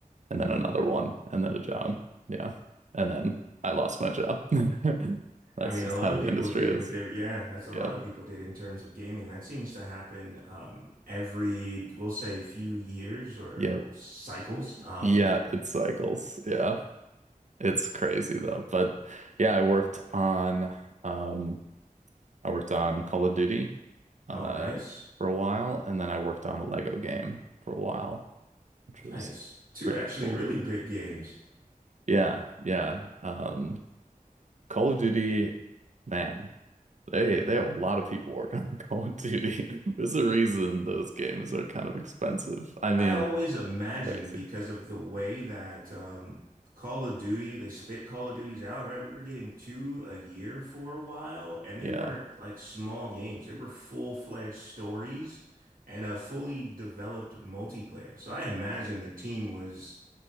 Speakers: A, on the right (about 55°); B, on the right (about 75°).
A: and then another one and then a job. Yeah. And then I lost my job. <laughs> That's
B: I mean,
A: just
B: a lot
A: how
B: of
A: the
B: people
A: industry
B: did
A: is.
B: with their, yeah, that's a lot
A: Yep.
B: of people did in terms of gaming. That seems to happen um, every, we'll say, few years or
A: Yep.
B: well, cycles. Um,
A: Yeah, it cycles. Yeah. It's crazy though. But yeah, I worked on um I worked on Call of Duty uh
B: oh, nice.
A: for a while and then I worked on a Lego game for a while, which was
B: Nice. Two
A: pretty
B: actually
A: cool.
B: really big games.
A: Yeah, yeah. Um Call of Duty, man, they they have a lot of people working on <laughs> Call of Duty. <laughs> There's a reason those games are kind of expensive. I mean,
B: I always imagine
A: crazy.
B: because of the way that um, Call of Duty, they spit Call of Duties out, right? We were getting two a year for a while, and
A: Yeah.
B: they weren't like small games. They were full-fledged stories and a fully developed multiplayer. So I imagine the team was